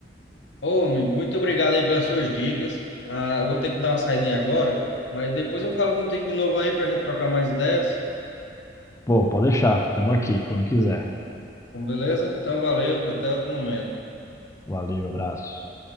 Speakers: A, on the left (about 90°); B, on the left (about 15°).
A: Ô, amigo, muito obrigado aí pelas suas dicas. Ah, eu vou ter que dar uma saidinha agora, mas depois eu falo contigo de novo aí para a gente trocar mais ideias.
B: Pô, pode deixar, estamos aqui quando quiser.
A: Então, beleza? Então, valeu, até outro momento.
B: Valeu, abraço.